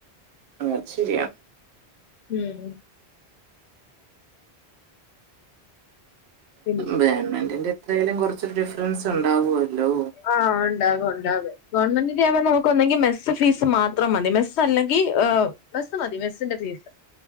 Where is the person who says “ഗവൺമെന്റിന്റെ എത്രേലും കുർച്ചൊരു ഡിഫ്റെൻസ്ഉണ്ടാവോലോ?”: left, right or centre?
Right